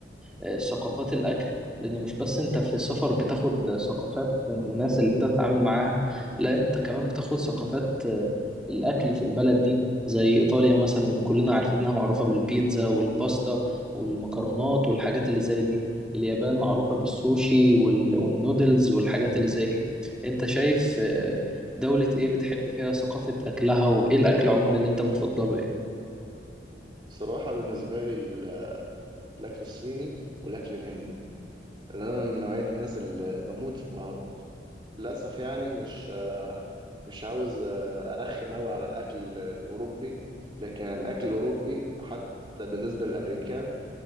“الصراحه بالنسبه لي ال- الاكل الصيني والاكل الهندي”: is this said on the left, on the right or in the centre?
Right